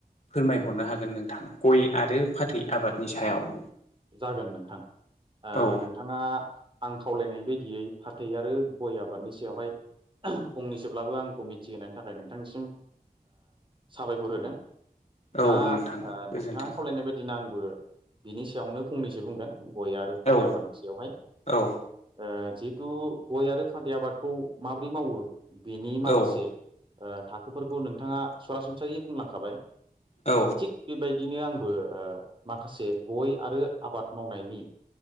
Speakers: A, on the left; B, on the right.
A: फोरमायहरनो
B: उम
A: हागोन नोंथां गय आरो फाथै आबादनि सायाव
B: जागोन नोंथां
A: औ
B: नोंथाङा आं खावलायनाय बायदि यै फाथै आरो गय आबादनि सायावहाय फंनैसोब्लाबो आंखौ मिथिहोनायनि थाखाय नोंथांनिसिम साबायखर ओ होदों।
A: औ
B: दा
A: नोंथां गोजोन्थों
B: नोंथाङा खावलायनाय बायदिनो आंबो बिनि सायावनो फंनैसो बुंगोन गय आरो फाथै
A: औ
B: आबादनि सायावहाय
A: औ
B: ओ जि थु गय आरो फाथै आबादखौ माबोरै मावो बेनि माखासे
A: औ
B: थाखोफोरखौ नोंथाङा सरासनस्रायै बुंलांखाबाय
A: औ
B: थिग बेबायदिनो आं बो माखासे गय आरो आबाद मावनायनि